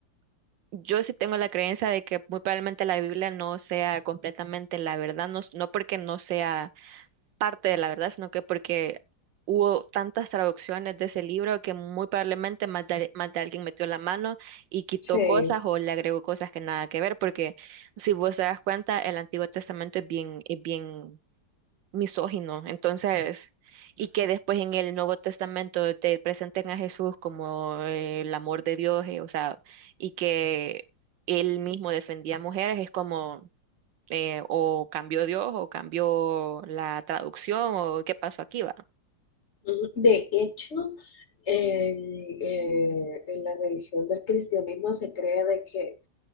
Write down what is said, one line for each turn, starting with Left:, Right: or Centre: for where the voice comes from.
Right: Yo sí tengo la creencia de que muy probablemente la Biblia no sea completamente la verdad, no, s- no porque no sea parte de la verdad, sino que porque hubo tantas traducciones de ese libro que muy probablemente más de, más de alguien metió la mano y quitó
Left: Sí.
Right: cosas o le agregó cosas que nada que ver, porque si vos te das cuenta, el Antiguo Testamento es bien, es bien misógino. Entonces, y que después en el Nuevo Testamento te presenten a Jesús como eh, el amor de Dios, eh, o sea, y que él mismo defendía a mujeres, es como eh, o cambió Dios o cambió la traducción o qué pasó aquí, va.
Left: Ujú. De hecho, en, eh, en la religión del cristianismo se cree de que